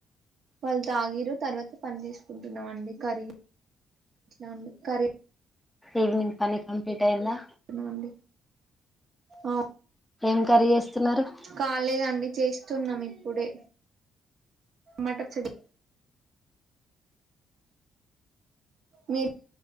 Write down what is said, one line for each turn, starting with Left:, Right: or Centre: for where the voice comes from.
Right: వల్త ఆగిరు తర్వాత పని తీసుకుంటున్నాం అండి క ఉ క
Centre: ఈవినింగ్ పనే కంప్లీట్ అయిందా
Right: అనండి ఆ
Centre: ఏం కర్రీ చేస్తున్నారు
Right: కాలేదండి చేస్తున్నాం ఇప్పుడే మటర్ చెడి మీరు